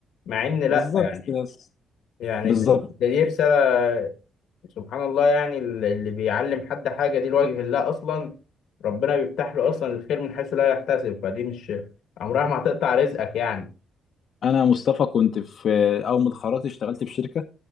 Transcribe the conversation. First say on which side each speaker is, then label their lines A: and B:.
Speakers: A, on the left (about 80°); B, on the left (about 60°).
A: مع ان لا
B: بالظبط
A: يعني
B: كده يا اسطى
A: يعني
B: بالظبط
A: ده ده دي رساله سبحان الله يعني اللي اللي بيعلم حد حاجه دي لوجه الله اصلا ربنا بيفتح له اصلا الخير من حيث لا يحتسب فدي مش عمرها ما هتقطع رزقك يعني
B: انا مصطفى كنت في آه، اول ما اتخرجت اشتغلت في شركه